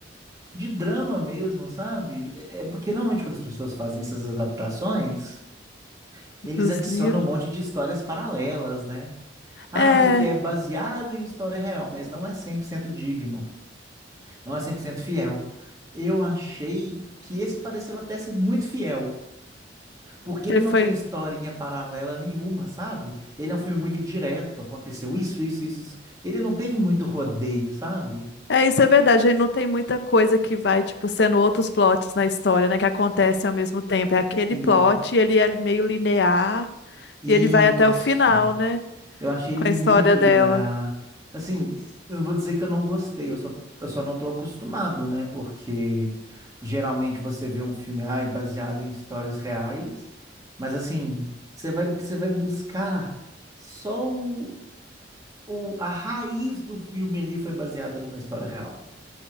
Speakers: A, on the right; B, on the left.
A: de drama mesmo, sabe? É é porque normalmente quando as pessoas fazem essas adaptações, eles
B: Dos
A: adicionam
B: livros.
A: um monte de histórias paralelas, né? Ah,
B: É,
A: porque é baseado em história real, mas não é 100% digno, não é 100% fiel. Eu achei que esse pareceu até ser muito fiel, porque ele
B: ele
A: não
B: foi.
A: tem historinha paralela nenhuma, sabe? Ele é um filme muito direto, aconteceu isso, isso, isso. isso. Ele não teve muito rodeio, sabe?
B: É, isso é verdade. Ele não tem muita coisa que vai, tipo, sendo outros plots na história, né? Que acontecem ao mesmo tempo. É aquele
A: E
B: plot, ele é meio linear
A: isso.
B: e ele vai até o final, né?
A: Eu achei ele
B: Com
A: muito
B: a história dela.
A: linear. Assim, eu não vou dizer que eu não gostei, eu só, eu só não estou acostumado, né? Porque geralmente você vê um filme ai, baseado em histórias reais, mas assim, você vai, você vai buscar só o, o- a raiz do filme ali foi baseada numa história real